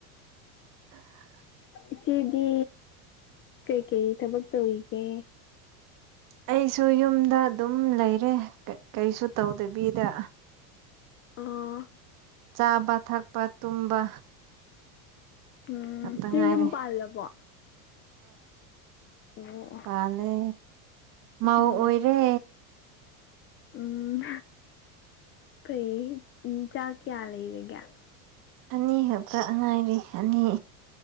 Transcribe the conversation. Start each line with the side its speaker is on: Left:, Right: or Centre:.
Right: ꯑ <unintelligible>
Left: ꯏꯆꯦꯗꯤ ꯀꯩꯀꯩ ꯊꯕꯛ ꯇꯧꯔꯤꯒꯦ
Right: ꯑꯩꯁꯨ ꯌꯨꯝꯗ ꯑꯗꯨꯝ ꯂꯩꯔꯦ ꯀꯔꯤꯁꯨ ꯇꯧꯗꯕꯤꯗ
Left: ꯑꯥ
Right: ꯆꯥꯕ ꯊꯛꯄ ꯇꯨꯝꯕ
Left: ꯎꯝ
Right: ꯈꯛꯇ
Left: ꯀꯦ
Right: ꯉꯥꯏꯔꯦ
Left: ꯌꯨꯝ ꯄꯥꯜꯂꯕꯣ ꯑꯣ ꯑꯣ
Right: ꯐꯅꯦ ꯃꯥ
Left: ꯎꯝ
Right: ꯑꯣꯏꯔꯦ
Left: ꯎꯝ ꯐꯩ ꯎ ꯆꯥꯛ ꯀꯌꯥ ꯂꯩꯔꯒꯦ
Right: ꯑꯅꯤ ꯈꯛꯇ ꯑꯉꯥꯏꯔꯤ ꯑꯅꯤ